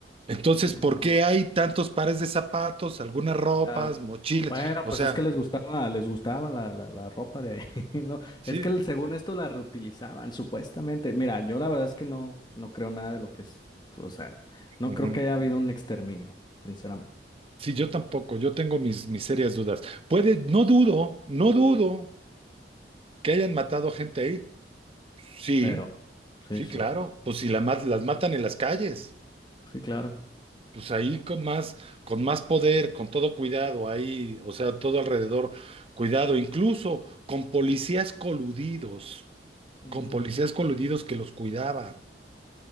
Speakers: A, on the right (about 35°); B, on the left (about 25°).
A: Entonces,
B: Sí, pues
A: ¿por
B: no,
A: qué
B: sí,
A: hay tantos pares de zapatos, algunas ropas,
B: Claro.
A: mochilas?
B: Bueno,
A: O
B: pues
A: sea,
B: es que les gustaba, les gustaba la, la, la ropa de ahí. <laughs> No,
A: sí,
B: es que el- según esto la reutilizaban, supuestamente. Mira, yo la verdad es que no, no creo nada de lo que es. O sea, no
A: ujú.
B: creo que haya habido un exterminio, sinceramente.
A: Sí, yo tampoco, yo tengo mis, mis serias dudas. Puede, no dudo, no dudo que hayan matado gente ahí. Sí,
B: Pero, sí,
A: sí,
B: sí.
A: claro. Pues si la, ma- las matan en las calles.
B: Sí, claro.
A: Pues ahí con más, con más poder, con todo cuidado, ahí, o sea, todo alrededor, cuidado, incluso con policías coludidos,
B: Ujú,
A: con policías coludidos que los cuidaban.